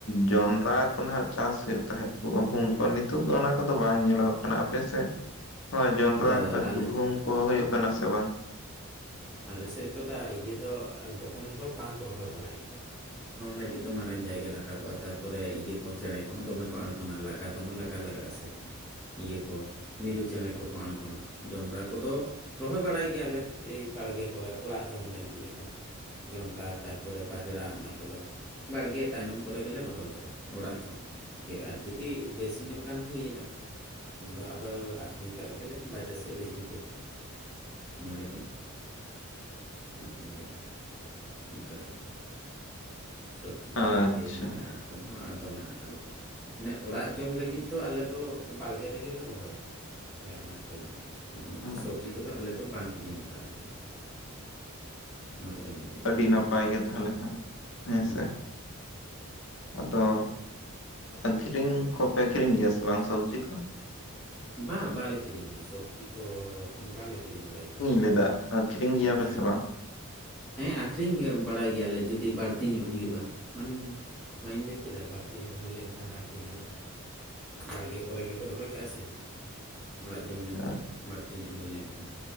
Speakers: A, on the left; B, in the centre.
A: ᱡᱚᱱᱰᱨᱟ ᱠᱚ ᱱᱟᱦᱟᱸᱜ ᱪᱟᱥ ᱦᱩᱭᱩᱜ ᱛᱟᱦᱮᱸᱜ ᱜᱩᱦᱩᱢ ᱠᱚ ᱱᱤᱛᱩᱜ ᱫᱚ ᱚᱱᱟ ᱠᱚᱫᱚ ᱵᱟᱝ ᱧᱮᱞᱚᱜ ᱠᱟᱱᱟ ᱟᱯᱮ ᱥᱮᱜ ᱱᱚᱣᱟ ᱡᱚᱱᱰᱨᱟ
B: ᱵᱟᱝ
A: ᱠᱚ
B: ᱟᱞᱮ
A: ᱜᱩᱦᱩᱢ ᱠᱚ ᱦᱩᱭᱩᱜ ᱠᱟᱱᱟ ᱥᱮ ᱵᱟᱝ?
B: ᱟᱞᱮ ᱥᱮᱜ ᱫᱚ ᱫᱟ ᱤᱭᱟᱹ ᱫᱚ ᱜᱚᱦᱚᱢ ᱫᱚ ᱵᱟᱝᱠᱚ ᱨᱚᱦᱚᱭ ᱵᱟᱲᱟᱭ ᱜᱮᱭᱟ᱾ ᱜᱩᱦᱩᱢ ᱞᱟᱹᱜᱤᱫ ᱫᱚ ᱢᱟᱨᱟᱝ ᱡᱟᱭᱜᱟ ᱨᱟᱠᱟᱵᱚᱜ-ᱟ ᱛᱟᱯᱚᱨᱮ ᱤᱭᱟᱹ ᱠᱚ ᱪᱮᱬᱮ ᱠᱚᱦᱚᱸ ᱫᱚᱢᱮ ᱠᱚ ᱟᱬᱜᱚ ᱚᱱᱟ ᱞᱟᱜᱟ ᱫᱚᱢᱮ ᱞᱟᱜᱟ ᱞᱟᱜᱟᱜ-ᱟ ᱥᱮ ᱤᱭᱟᱹ ᱠᱚ᱾ ᱢᱤᱨᱩ ᱪᱮᱬᱮ ᱠᱚᱠᱚ ᱟᱬᱜᱚᱱᱟ ᱡᱚᱱᱰᱨᱟ ᱠᱚᱫᱚ ᱨᱚᱦᱚᱭ ᱵᱟᱲᱟᱭ ᱜᱮᱭᱟ ᱞᱮ ᱮᱭᱼᱼ ᱵᱟᱲᱜᱮ ᱠᱚᱨᱮ ᱚᱲᱟᱜ ᱡᱚᱢ ᱞᱟᱹᱜᱤᱫ ᱞᱮᱠᱟ ᱡᱚᱱᱰᱨᱟ ᱛᱟᱨᱯᱚᱨᱮ ᱵᱟᱡᱽᱲᱟ ᱚᱱᱟ ᱠᱚᱫᱚ᱾ ᱵᱟᱲᱜᱮ ᱛᱟᱭᱱᱚᱢ ᱠᱚᱨᱮ ᱜᱮᱞᱮ ᱨᱚᱦᱚᱭ ᱠᱟᱜ-ᱟ ᱚᱲᱟᱜ ᱡᱚᱢᱼᱼ ᱜᱮ ᱟᱨ ᱡᱩᱫᱤ ᱵᱮᱥᱤ ᱧᱚᱜ ᱜᱟᱱ ᱦᱩᱭᱮᱱᱟᱼᱼ ᱩᱱ ᱫᱚ ᱟᱵᱟᱨ ᱟᱠᱷᱨᱤᱧ ᱠᱟᱜ ᱜᱮᱞᱮ ᱵᱟᱡᱟᱨ ᱥᱮᱜ ᱞᱮ ᱤᱫᱤ ᱠᱮᱫ ᱜᱮ, ᱚᱱᱟ ᱨᱮᱜᱮ᱾ ᱟᱹᱠᱷᱨᱤᱧ ᱫᱚ ᱚᱱᱠᱟ ᱜᱮ ᱥᱚᱵᱽᱡᱤ
A: ᱟᱪᱪᱷᱟ
B: ᱠᱚ ᱫᱤᱠ ᱫᱤᱭᱮ ᱢᱟᱱᱮ ᱟᱼᱼ ᱠᱟᱞ ᱦᱚᱸ ᱟᱨ ᱫᱚᱢᱮ ᱟᱠᱟᱞ ᱜᱮ ᱢᱟᱱᱮ ᱚᱲᱟᱜ ᱡᱚᱢ ᱞᱟᱹᱜᱤᱫ ᱫᱚ ᱟᱞᱮ ᱫᱚ ᱵᱟᱲᱜᱮ ᱨᱮᱜᱮ ᱞᱮ ᱨᱚᱦᱚᱭᱟ, ᱟᱞᱮ ᱚᱱᱟ ᱠᱚᱨᱮ ᱫᱚ᱾ ᱚᱸ
A: ᱟᱪᱪᱷᱟ
B: ᱥᱚᱵᱽᱡᱤ ᱠᱚᱫᱚ ᱟᱞᱮ ᱫᱚ ᱵᱟᱝ ᱠᱤᱨᱤᱧ ᱞᱟᱜᱟᱣ ᱞᱮᱭᱟ᱾ ᱚᱲᱟᱜ ᱡᱚᱢ ᱞᱟᱹᱜᱤᱫ
A: ᱟᱹᱰᱤ
B: ᱞᱮᱠᱟ
A: ᱱᱟᱯᱟᱭ
B: ᱫᱚ
A: ᱜᱮ ᱛᱟᱦᱚᱞᱮ ᱦᱟᱸᱜ ᱦᱮᱸᱥᱮ᱾
B: ᱦᱮᱸ
A: ᱟᱫᱚ ᱟᱹᱠᱷᱨᱤᱧ ᱠᱚᱯᱮ ᱟᱹᱠᱷᱨᱤᱧ ᱜᱮᱭᱟ ᱥᱮ ᱵᱟᱝ ᱥᱚᱵᱽᱡᱤ ᱠᱚ?
B: ᱵᱟ ᱵᱟᱞᱮ ᱠᱤᱨᱤᱧᱟ ᱥᱚᱵᱽᱡᱤ ᱠᱚ ᱵᱟᱞᱮ ᱠᱤᱨᱤᱧ ᱵᱟᱲᱟᱭ ᱜᱮᱭᱟ᱾
A: ᱞᱟᱹᱭ ᱫᱟ ᱟᱹᱠᱷᱨᱤᱧ ᱜᱮᱭᱟ
B: ᱦᱮᱸ
A: ᱯᱮ ᱥᱮ ᱵᱟᱝ?
B: ᱦᱮᱸ ᱟᱹᱠᱷᱨᱤᱧ ᱜᱮ ᱵᱟᱲᱟᱭ ᱜᱮᱭᱟ ᱞᱮ ᱡᱩᱫᱤ ᱵᱟᱹᱲᱛᱤ ᱧᱚᱜ ᱦᱩᱭᱩᱜ-ᱟ, ᱢᱟᱱᱮᱼᱼ ᱵᱟᱹᱧ ᱞᱟᱹᱭ ᱠᱮᱫᱟ ᱵᱟᱹᱲᱛᱤ ᱧᱚᱜ ᱦᱩᱭ ᱞᱮᱱ ᱠᱷᱟᱱ ᱟᱠᱷᱨᱤᱧ ᱧᱟᱞᱮ᱾ ᱵᱟᱲᱜᱮ ᱠᱚᱨᱮ ᱜᱮᱠᱚ ᱨᱚᱦᱚᱭ ᱠᱟᱜ-ᱟ ᱥᱮ᱾ ᱚᱲᱟᱜ ᱡᱚᱢ
A: ᱟᱪᱪᱷᱟ
B: ᱢᱮᱱᱛᱮ
A: ᱟᱪᱪᱷᱟ,
B: ᱵᱟᱹᱲᱛᱤ ᱧᱚᱜ ᱦᱩᱭ ᱞᱮᱱ ᱠᱷᱟᱱ